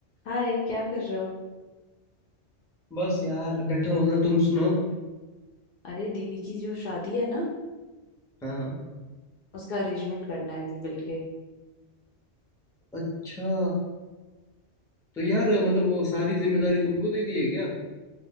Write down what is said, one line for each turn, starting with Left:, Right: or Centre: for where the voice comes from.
Left: हाय क्या कर रहे हो
Centre: बस यार बैठा होता तुम सुनाओ
Left: अरे दीदी की जो शादी है ना
Centre: हाँ हाँ
Left: उसका अरेंजमेंट करना है अभी मिलके
Centre: अच्छा तो यार मतलब वो सारी जिम्मेदारी तुमको दे दी है क्या